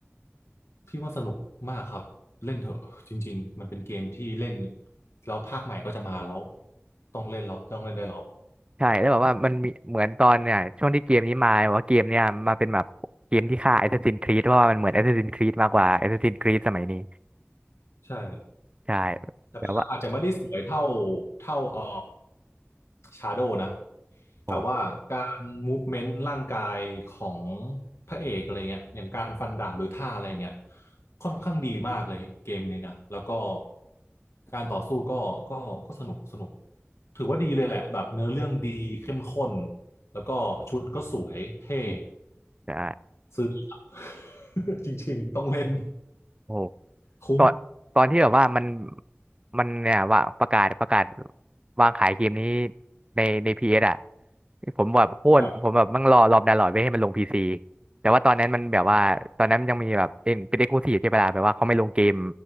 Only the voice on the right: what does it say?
ใช่แล้วแบบว่ามันมีเหมือนตอนเนี่ยช่วงที่เกมนี้มาว่าเกมเนี่ยมาเป็นแบบเกมที่ฆ่า Assassin's Creed เพราะว่ามันเหมือน Assassin's Creed มากกว่า Assassin's Creed สมัยนี้
ใช่
แบบว่า
โอ้
ใช่
โอ้
ตอนตอนที่แบบว่ามันมันเนี่ยว่าประกาศประกาศวางขายเกมนี้ในในพีเอสอ่ะผมแบบโคตรผมแบบมั่งรอรอบดาวน์โหลดไว้ให้มันลงพีซี
แต่ว่าตอนนั้นมันแบบว่าตอนนั้นมันยังมีแบบเป็นเป็นเอ็กซ์คลูซีฟใช่ปะล่ะแบบว่าเขาไม่ลงเกม